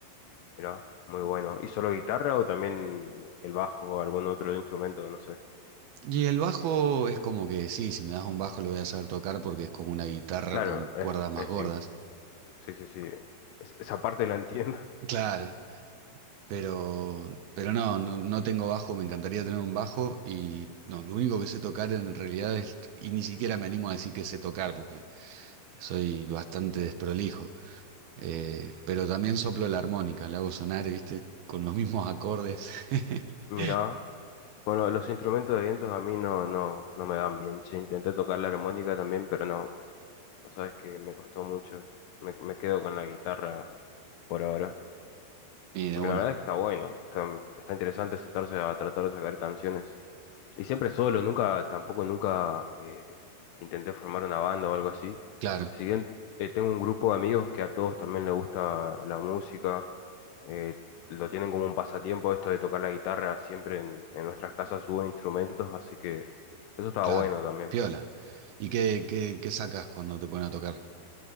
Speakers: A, on the left; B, on the right.
A: Mirá, muy bueno. ¿Y solo guitarra o también el bajo o algún otro instrumento? No sé.
B: Y el bajo es como que sí, si me das un bajo lo voy a saber tocar porque es como una guitarra
A: Claro,
B: con cuerdas
A: es,
B: más
A: es
B: gordas.
A: sí, sí, sí, sí. Es- esa parte la entiendo.
B: Claro, pero, pero no, no, no tengo bajo, me encantaría tener un bajo y no, lo único que sé tocar en realidad es, y ni siquiera me animo a decir que sé tocar porque soy bastante desprolijo. Eh, pero también soplo la armónica, la hago sonar, viste, con los mismos acordes. <laughs>
A: <laughs> Mirá, con lo- los instrumentos de vientos a mí no, no, no me dan bien, che. Intenté tocar la armónica también, pero no. O sabes que me costó mucho. Me, me quedo con la guitarra por ahora.
B: Y de
A: Porque
B: una.
A: la verdad es que está bueno, está, está interesante sentarse a tratar de sacar canciones. Y siempre solo, nunca, tampoco nunca eh, intenté formar una banda o algo así.
B: Claro,
A: Si bien eh, tengo un grupo de amigos que a todos también les gusta la música, eh, lo tienen como un pasatiempo esto de tocar la guitarra, siempre en, en nuestras casas hubo instrumentos, así que eso estaba
B: claro.
A: bueno también.
B: Piola. ¿Y qué, qué, qué sacas cuando te ponen a tocar?